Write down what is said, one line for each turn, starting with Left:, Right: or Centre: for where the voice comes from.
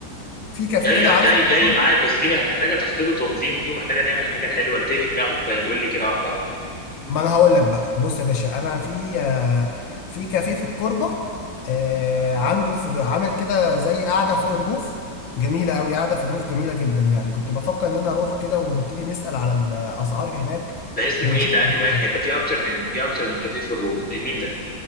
Left: في كافيه
Centre: جاي
Left: كده عارفه
Centre: جاي
Left: في
Centre: جاي
Left: الكوربة
Centre: معاك بس دي مح- محتاجه تخطيط وتنظيم دي ومحتاجه نعمل حاجه حلوه انت ايه في دماغك طيب قول لي كده واحده واحده
Left: ما انا هقول لك بقى بص يا باشا انا في آه، في كافيه في الكوربه آه، عنده في عامل كده زي قاعده فوق الروف جميله قوي قاعده في الروف جميله جدا يعني كنت بفكر ان انا اروح كده ونبتدي نسال على الاسعار هناك
Centre: ده اسمه
Left: ونشوف
Centre: ايه ده
Left: الجو.
Centre: انهي واحد ده في اكتر من في اكتر من كافيه في الروف ده مين ده